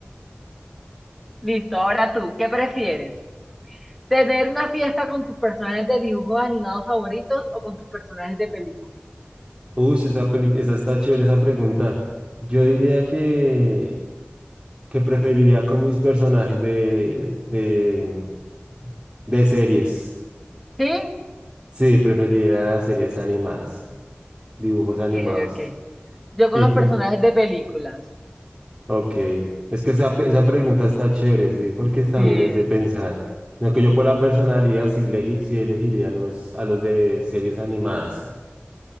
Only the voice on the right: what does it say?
Uy, esa peli, esa está chévere, esa pregunta. Yo diría que, que preferiría con mis personajes de, de, de series.
Sí, preferiría las series animadas, dibujos
animados.
¿Y
tú?
Ok. Es que esa, pe- esa pregunta está chévere, sí, porque es- también
es de pensar. No que yo por la personalidad sí, elegi- sí elegiría a los, a los de series animadas.